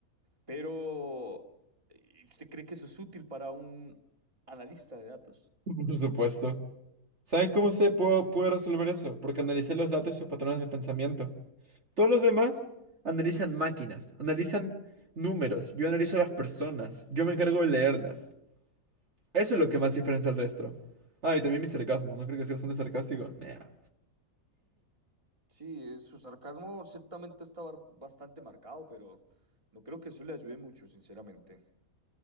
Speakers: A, on the right; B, on the right.
A: Pero, ¿y ¿usted cree que eso es útil para un analista de datos?
B: <laughs> Por supuesto. ¿Saben cómo se pudo, pude resolver eso? Porque analicé los datos y sus patrones de pensamiento. Todos los demás analizan máquinas, analizan números. Yo analizo a las personas. Yo me encargo de leerlas. Eso es lo que más diferencia al resto. Ah, y también mi sarcasmo. ¿No creo que sea bastante sarcástico? Nah.
A: Sí, eh, su sarcasmo ciertamente está bar- bastante marcado, pero no creo que eso le ayude mucho, sinceramente.